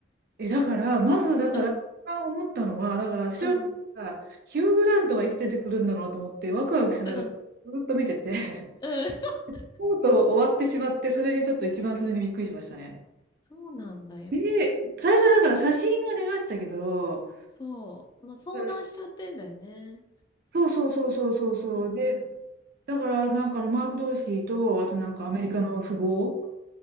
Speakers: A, on the right; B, on the left.
A: え、だから、まず、だから、
B: ー。うん、
A: 一番思ったのは、だから、私は、
B: うん、
A: ヒュー・グラントがいつ出てくるんだろうと思って、ワクワクしながら、
B: うん、うん。
A: ずっと見てて、<laughs>
B: <laughs> そう
A: とうとう終わってしまって、それにちょっと一番それにびっくりしましたね。
B: そうなんだよ。
A: で、最初だから写真は出ましたけど、
B: そう。もう遭難しちゃってんだよね。
A: うんそうそうそうそうそうそう。
B: うん。
A: で、だから、なんかあのマーク・ドーシーと、あとなんかアメリカの富豪。